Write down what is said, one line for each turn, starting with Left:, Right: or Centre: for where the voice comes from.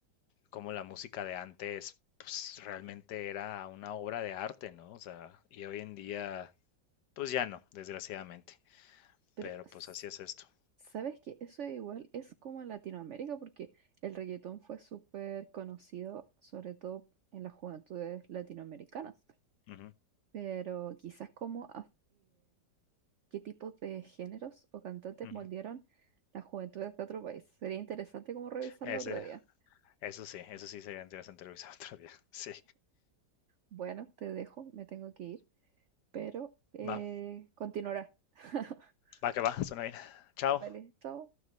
Left: como la música de antes, pues realmente era una obra de arte, ¿no? O sea, y hoy en día, pues ya no, desgraciadamente,
Right: Pero,
Left: pero
Right: s-
Left: pues así es esto.
Right: ¿sabes qué? Eso igual es como en Latinoamérica porque el reggaetón fue súper conocido, sobre todo en las juventudes latinoamericanas.
Left: Ujú,
Right: Pero quizás como qué tipos de géneros o cantantes
Left: ujú.
Right: moldearon las juventudes de otro país. Sería interesante como revisarlo
Left: Ese,
Right: otro día.
Left: eso sí, eso sí sería interesante revisar <laughs> otro día. Sí,
Right: Bueno, te dejo, me tengo que ir, pero eh,
Left: va,
Right: continuará. <laughs>
Left: va que va, suena bien. Chao.
Right: Vale, chao.